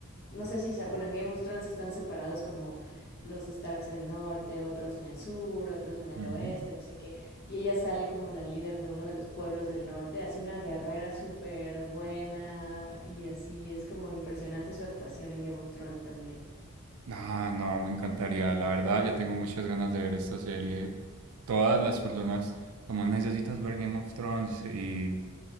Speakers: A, on the left; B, on the right.
A: No sé si, sa- bueno, en Game of Thrones están separados como los Starks del norte, otros en el sur, otros en el
B: Ujú.
A: oeste, no sé qué. Y ella sale como la líder de uno de los pueblos del norte, así una guerrera súper buena y así es como impresionante su actuación en Game of Thrones también.
B: Ah, no, me encantaría. La verdad, ya tengo muchas ganas de ver esta serie. Todas las personas como necesitas ver Game of Thrones y...